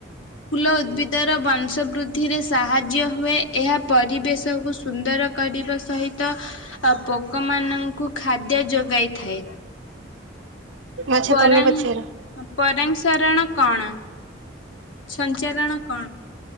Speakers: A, on the left (about 80°); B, on the right (about 75°).
A: ଫୁଲ ଉଦ୍ଭିଦର ବଂଶ ବୃଦ୍ଧିରେ ସାହାଯ୍ୟ ହୁଏ। ଏହା ପରିବେଶକୁ ସୁନ୍ଦର କରିବା ସହିତ ପୋକମାନଙ୍କୁ ଖାଦ୍ୟ ଯୋଗାଇଥାଏ।
B: ଆଚ୍ଛା
A: ପରାମ୍
B: ତମେ ପଚାର।
A: ପରାଂସରଣ କଣ? ସଞ୍ଚାରଣ କଣ?